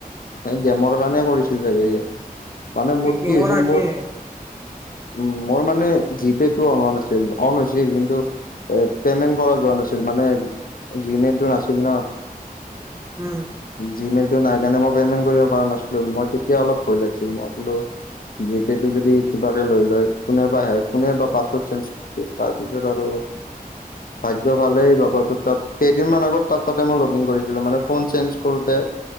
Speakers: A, on the left; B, on the right.
A: এ গেমৰ কাৰণে কৰিছিল চাগে সি মানে
B: তুমি
A: মোৰ
B: গেমৰ
A: কি হৈছিল
B: আজিয়ে
A: মোৰ উম, মই মানে জিপেটো অহা নাছিল অন হৈছিল কিন্তু এ পেমেন্ট কৰা যোৱা নাছিল মানে জিমেটো নাছিল ন।
B: উম,
A: জিমেইল টো নাই কাৰণে মই পেমেন্ট কৰিব পৰা নাছিলো মই তেতিয়া অলপ ভয় লাগিছিল মই বোলো জিপে'টো যদি কিবাকে লৈ লয়। কোনে বা হে কোনে বা পাছপর্ট চেঞ্জছ তাৰ পিছত আৰু
B: <inaudible>
A: ভাগ্য ভাল এই লগৰটো তাত কেইদিনমান আগত তাত তাতে মই লগ ইন কৰিছিলো মানে ফোন চেঞ্জ কৰোঁতে